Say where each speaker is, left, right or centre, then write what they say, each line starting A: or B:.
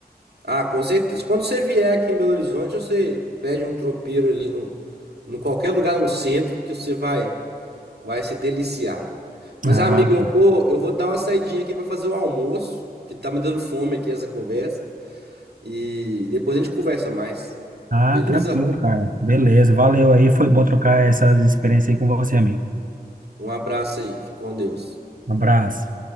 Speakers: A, on the right; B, on the right.
A: Ah, com certeza. Quando você vier aqui em Belo Horizonte, você pede um tropeiro ali no, no qualquer lugar no centro que você vai. Vai se deliciar. Mas,
B: Ah,
A: amiga, eu vou, eu vou dar uma saidinha aqui para fazer o almoço, que tá me dando fome aqui essa conversa. E depois a gente conversa mais.
B: ah,
A: Beleza?
B: tranquilo, cara. Beleza, valeu aí. Foi bom trocar essas experiências aí com você, amigo.
A: Um abraço aí. Fica com Deus.
B: Um abraço.